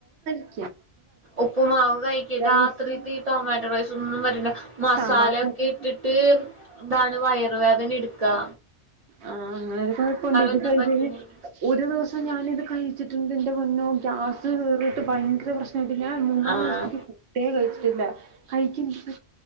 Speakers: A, on the right (about 70°); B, on the right (about 40°).
A: <unintelligible>
B: ഉപ്പു മാവ് കഴിക്ക്യാ രാത്രിത്തെ
A: റൈസ്
B: ടൊമാറ്റോ റൈസ് ഒന്നും പറ്റുല മസാല
A: സാമ്പാർ ചട്നി
B: കേട്ടിട്ട് താണ് വയറ് വേദന ഇട്ക്കാ
A: ആഹ് അങ്ങനോരു കൊയ്പ്പണ്ട് ഇത്പ്പോ
B: ഒന്നും
A: ഇത്ന്
B: പറ്റണില്ല
A: ഒരു ദിവസം ഞാനിത് കഴിച്ചിട്ട്ണ്ട് എന്റെ പൊന്നോ ഗ്യാസ് കേറിയിട്ട് ഭയങ്കര പ്രശ് ഞാൻ മൂന്നാല്
B: ആഹ്
A: ദിവസത്തെക്ക് ഫുഡേ കഴിച്ചിട്ടില്ല കഴിക്കാൻ ഇൻക്ക് പ